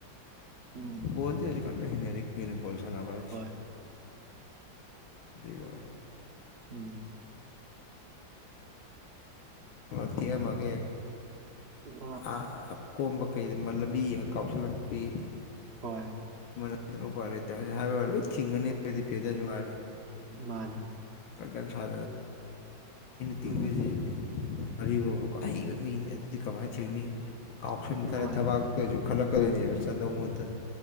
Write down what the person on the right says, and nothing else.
ꯎꯝ
ꯍꯣꯏ
ꯎꯝ
ꯍꯣꯏ
ꯍꯣꯏ
ꯃꯥꯅꯤ
ꯎꯝ
ꯎꯝ
ꯍꯣꯏ